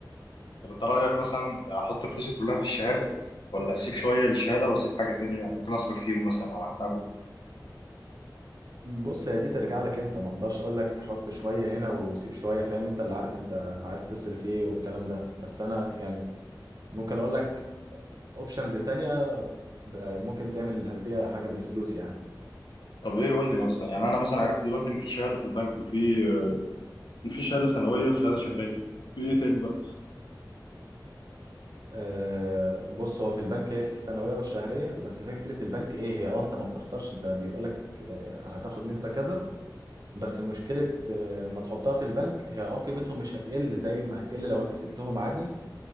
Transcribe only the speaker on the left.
طب انت رايك مثلا احط فلوسي كلها في الشهاده ولا اسيب شويه للشهاده واسيب حاجه تانية ممكن اصرف فيهم مثلا او احتاجهم
طب ايه قول لي مثلا يعني انا مثلا عرفت دلوقتي ان في شهاده في البنك وفي في شهاده سنويه وشهاده شهريه في ايه تاني بقى